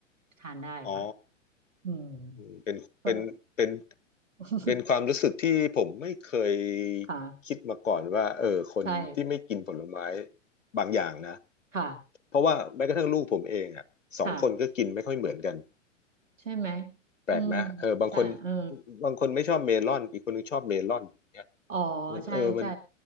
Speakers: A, on the right (about 75°); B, on the left (about 75°).
A: ทานได้ค่ะ
B: อ๋อ
A: อืม
B: อืมเป็นเป็นเป็น
A: ก็ <laughs>
B: เป็นความรู้สึกที่ผมไม่เคย
A: ค่ะ
B: คิดมาก่อนว่าเออคนที่ไม่กินผลไม้
A: ใช่
B: บางอย่างนะ
A: ค่ะ
B: เพราะว่าแม้กระทั่งลูกผมเองอ่ะสองคนก็กินไม่ค่อยเหมือนกัน
A: ค่ะใช่ไหม
B: แปลกไหมเออบางคน
A: อืมใช่เออ
B: บางคนไม่ชอบเมลอนอีกคนนึงชอบเมลอนเนี่ย
A: อ๋อใช่ใช่
B: มันเออมัน